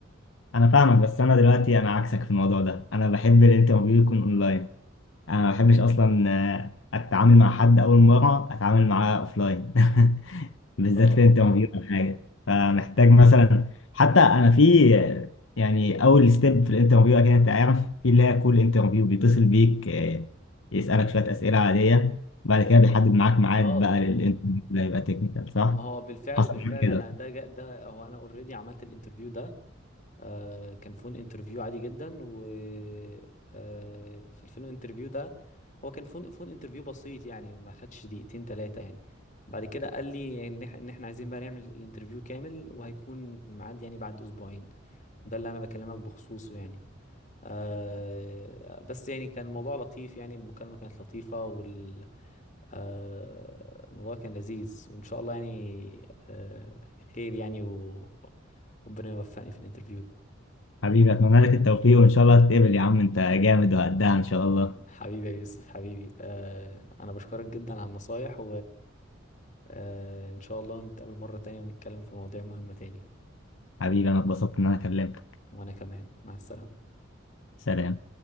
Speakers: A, on the left; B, on the left.
A: انا فاهمك بس انا دلوقتي انا عكسك في الموضوع ده انا بحب الانترفيو يكون اونلاين انا ما بحبش اصلا آه، اتعامل مع حد اول مره اتعامل معاه اوفلاين <laughs> بالذات
B: اه
A: في انترفيو او حاجه فمحتاج مثلا حتى انا في آه، يعني اول ستيب في الانترفيو اكيد انت عارف في اللي هي كول انترفيو بيتصل بيك آه، يسالك شويه اسئله عاديه بعد كده بيحدد معاك ميعاد
B: اه
A: بقى للانترفيو ده يبقى تكنيكال صح
B: ما هو بالفعل
A: حصل
B: بالفعل
A: معاك كده
B: انا ده جا- ده هو انا اوريدي عملت الانترفيو ده آه، كان فون انترفيو عادي جدا و آه، في الفون انترفيو ده هو كان فون فون انترفيو بسيط يعني ما خدش دقيقتين ثلاثة يعني بعد كده قال لي يعني ان إح- إن احنا عايزين بقى نعمل الانترفيو كامل وهيكون الميعاد يعني بعد اسبوعين وده اللي انا بكلمك بخصوصه يعني آه بس يعني كان الموضوع لطيف يعني المكالمة كانت لطيفة وال آه الموضوع كان لذيذ وإن شاء الله يعني آه خير يعني و- وربنا يوفقني في الانترفيو
A: حبيبي اتمنى لك التوفيق وان شاء الله تتقبل يا عم انت جامد وقدها ان شاء الله
B: حبيبي يا يوسف حبيبي آه انا بشكرك جدا على النصايح وان شاء الله نتقابل مرة تانية ونتكلم في مواضيع مهمة تاني
A: حبيبي انا اتبسطت ان انا كلمتك
B: وانا كمان مع السلامة
A: سلام